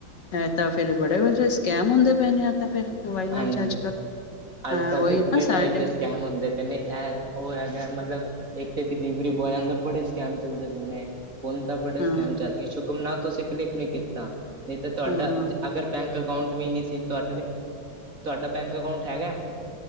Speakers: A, on the left (about 60°); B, on the right (about 40°).
A: ਮੈ ਤਾਂ ਫੇਰ ਬੜੇ ਵੱਡੇ ਸਕੈਮ ਹੁੰਦੇ ਪਏ ਨੇ ਆ। ਤਾਂ ਫਿਰ ਮੋਬਾਈਲਾਂ
B: ਹਾਂਜੀ
A: ਨਾ, ਰਿਚਾਰਜ ਕਰੋ,
B: ਅੱਜ
A: ਹਾਂ
B: ਕੱਲ੍ਹ
A: ਉਹੀ
B: ਤੇ
A: ਨਾ
B: ਬੜੇ ਟਾਈਪ
A: ਸਾਡੇ
B: ਦੇ ਸਕੈਮ ਹੁੰਦੇ ਪੈ ਨੇ ਐ, ਉਹ ਹੈਗਾ ਮਤਲਬ ਇੱਕ ਤੇ ਡਿਲੀਵਰੀ ਬੋਆਇਆ ਦੇ ਬੜੇ ਸਕੈਮ ਚੱਲਦੇ ਪਏ ਨੇ। ਹੁਣ ਤਾਂ ਬੜੇ
A: ਹਾਂ
B: ਸਕੈਮ ਚੱਲ ਗਏ ਸ਼ੁਕਮਨਾਓ ਤੁਸੀਂ ਕਲਿੱਕ ਨੀ ਕੀਤਾ, ਨਹੀਂ ਤਾਂ ਤੁਹਾਡਾ
A: ਹਾਂ
B: ਅਗਰ ਬੈਂਕ ਅਕਾਊਂਟ ਵੀ ਨੀ ਸੀ ਤੁਹਾਡੇ ਵੀ ਤੁਹਾਡਾ ਬੈਂਕ ਅਕਾਊਂਟ ਹੈਗਾ?